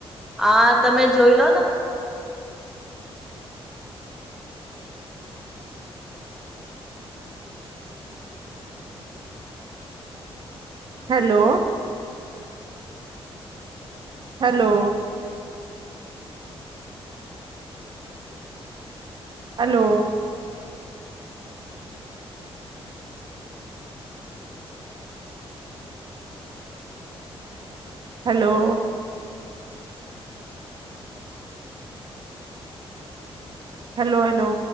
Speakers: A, in the centre; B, on the right (about 50°).
A: આ તમે જોઈ લોને.
B: Hello hello. Hello. Hello. Hello hello.